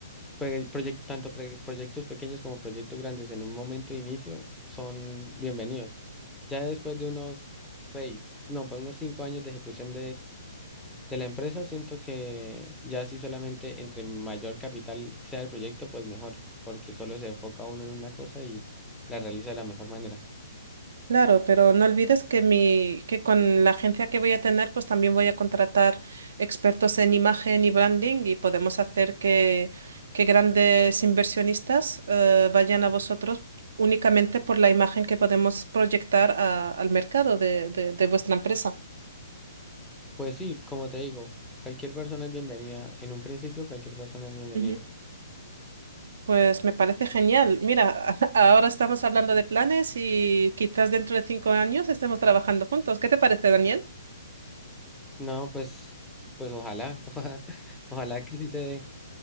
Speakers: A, in the centre; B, on the right.
A: pre- proyec- tanto pre- proyectos pequeños como proyectos grandes en un momento de inicio son bienvenidos. Ya después de unos seis, no, para unos cinco años de ejecución de la empresa siento que ya sí solamente entre mayor capital sea el proyecto, pues mejor, porque solo se enfoca uno en una cosa y la realiza de la mejor manera.
B: Claro, pero no olvides que mi, que con la agencia que voy a tener, pues también voy a contratar expertos en imagen y branding y podemos hacer que, que grandes inversionistas eh, vayan a vosotros únicamente por la imagen que podemos proyectar a- al mercado de, de de vuestra empresa.
A: Pues sí, como te digo, cualquier persona es bienvenida. En un principio, cualquier persona es bienvenida.
B: Ujú. Pues me parece genial. Mira, <laughs> ahora estamos hablando de planes y quizás dentro de cinco años estemos trabajando juntos. ¿Qué te parece, Daniel?
A: No, pues, pues ojalá, <laughs> ojalá, ojalá que sí se dé,